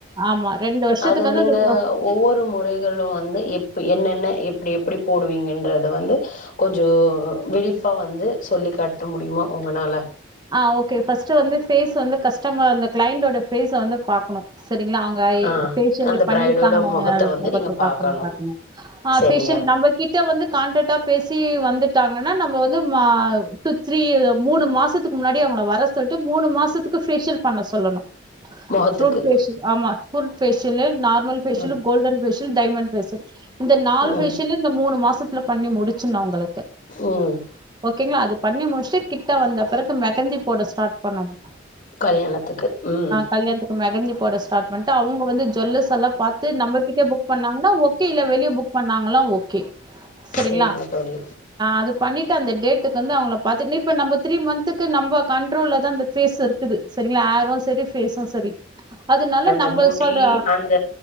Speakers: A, on the right (about 20°); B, on the left (about 45°).
A: ஆமா ரெண்டு வருஷத்துக்கு
B: அது
A: வந்து
B: நீங்க
A: அந்த ப்ரோ
B: ஒவ்வொரு முறைகளு வந்து இப் என்ன என்ன எப்டி எப்டி போடுவீங்கன்றத வந்து கொஞ்சோ விழிப்பா வந்து சொல்லி காட்ட முடியுமா ஒங்கனால
A: ஆ ஓகே ஃபஸ்ட்டு வந்து ஃபேஸ் வந்து கஸ்டமர் அந்த கிளைண்ட்டோட ஃபேஸ வந்து பாக்கணு சரிங்ளா அவுங்க
B: ஆ
A: பேஷியல்
B: அந்த
A: பண்ணிருக்காங்கள
B: பிரைடோட வந்து
A: மொகத்த
B: நீங்க பாக்கணும்.
A: பாக்கணு பாக்கணு ஆ
B: சரிங்க.
A: பேஷியல் நம்ம கிட்ட வந்து காண்டக்டா பேசி வந்துட்டாங்க என்னனா நம்ம வந்து மா த்ரீ மூனு மாசத்து க்கு முன்னாடி அவுங்கள வர சொல்லிட்டு மூனு மாசத்துக்கு பேஷியல் பண்ண சொல்லணு
B: மொகத்துக்கு
A: ஃப்ரூட் பேசியல் ஆமா ஃப்ரூட் பேசியலு நார்மல் facial
B: ம்
A: golden facial diamond facial இந்த நாலு
B: ம்
A: பேஷியலு இந்த மூனு மாச ல பண்ணி முடிச்சுனாங்கள
B: ம்
A: ஓகேங்ளா அது பண்ணி முடிச்சுட்டு கிட்ட வந்த பெறகு மெகந்தி போட ஸ்டாட் பண்ணனு
B: கல்யாணத்துக்கு உம்
A: கல்யாணத்துக்கு மெஹந்தி போட ஸ்டாட் பண்ணிட்டு அவுங்க வந்து ஜுவல்லர்ஸ் எல்லா பாத்து நம்மகிட்டே புக் பண்ணாங்கன்னா ஓகே இல்ல வெளிய புக் பண்ணாங்களா ஓ ஓகே சரிங்களா
B: சரிங்க தோழி.
A: அது பண்ணிட்டு அந்த டேட்டுக்கு வந்து அவுங்க பா ந த்ரீ மந்த் துக்கு நம்ப கண்ட்ரோல தா அந்த பேஸ் இருக்கு சரிங்களா ஏரு சரி பேஸு சரி அதனால
B: அந்த
A: நம்ம
B: முடி
A: சொல்ற
B: அந்த